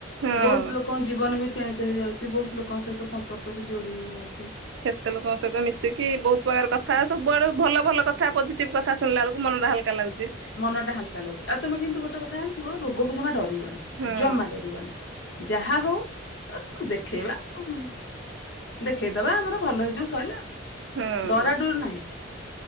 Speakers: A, on the right; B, on the left.
A: ହଁ।
B: ବହୁତ୍ ଲୋକଙ୍କ ଜୀବନ ବି ଚେଞ୍ଜ ହେଇଯାଉଛି ବହୁତ ଲୋକଙ୍କ ସହିତ ସମ୍ପର୍କ ବି ଯୋଡି ହେଇ ଯାଉଛି।
A: କେତେ ଲୋକଙ୍କ ସହିତ ମିଶିକି ବହୁତ୍ ପ୍ରକାର କଥା ସବୁଆଡେ ଭଲ ଭଲ କଥା ପଜିଟିଭ କଥା। କଥା ଶୁଣିଲା ବେଳକୁ ମନ ଟା ହାଲ୍କା ଲାଗୁଚି।
B: ମନଟା ହାଲ୍କା ଲାଗୁଛି ଆଉ ତୁମେ କିନ୍ତୁ ଗୋଟେ କଥା ଜାଣିଥିବ ରୋଗକୁ ଜମା ଡରିବନି
A: ହଁ
B: ଜମା ଡରିବନି। ଯାହା ହଉ ଦେଖେଇବା ଆଉ। ଦେଖେଇ ଦବା ଆମର ଭଲ ହେଇଯିବ ସଇଲା
A: ହଁ।
B: ଡରାଡରି ନାହିଁ।